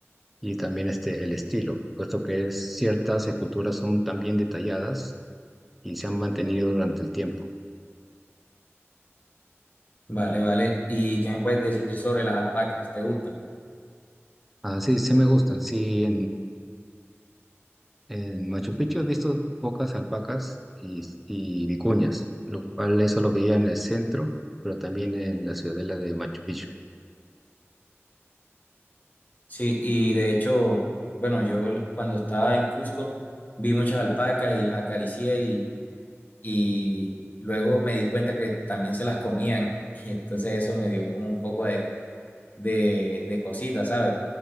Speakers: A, in the centre; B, on the left.
A: Y también este, el estilo, puesto que es, ciertas esculturas son tan bien detalladas y se han mantenido durante el tiempo.
B: Vale, vale. ¿Y qué me puedes decir sobre las alpacas? ¿Te gustan?
A: Ah, sí, sí me gustan, sí, En Machu Picchu he visto pocas alpacas y, y vicuñas, lo cual eso lo veía en el centro, pero también en la ciudadela de Machu Picchu.
B: Sí, y de hecho, bueno, yo l- cuando estaba en Cusco vi muchas alpacas y las acaricié y luego me di cuenta que también se las comían <laughs> y entonces eso me dio como un poco de, de, de cosita, ¿sabes?